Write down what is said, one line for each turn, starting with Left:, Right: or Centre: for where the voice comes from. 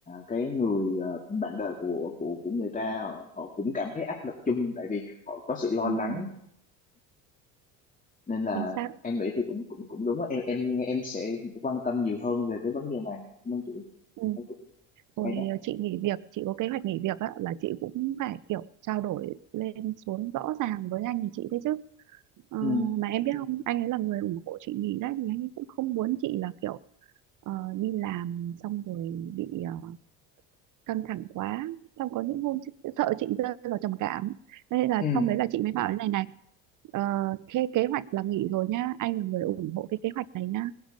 Left: cái người ờ, bạn đời của của của người ta họ họ cũng cảm thấy áp lực chung tại vì họ có sự lo
Right: đúng
Left: lắng
Right: rồi
Left: nên là
Right: chính xác
Left: em nghĩ thì cũng cũng cũng đúng á em em em sẽ quan tâm nhiều hơn về cái vấn đề này cảm ơn chị
Right: ừ.
Left: em cũng
Right: rồi
Left: hay đó
Right: chị nghỉ việc chị có kế hoạch nghỉ việc á, là chị cũng phải kiểu trao đổi lên xuống rõ ràng với anh thì chị đấy chứ Ờ,
Left: ừ
Right: mà em biết không anh ấy là người ủng hộ chị nghỉ đấy thì anh ấy cũng không muốn chị là kiểu ờ, đi làm xong rồi bị ờ, căng thẳng quá xong có những hôm chị, sợ chị rơi vào trầm cảm nên là
Left: ừ
Right: xong đấy là chị mới bảo thế này này ờ, thế kế hoạch là nghỉ rồi nhá anh là người ủng hộ cái kế hoạch này nhá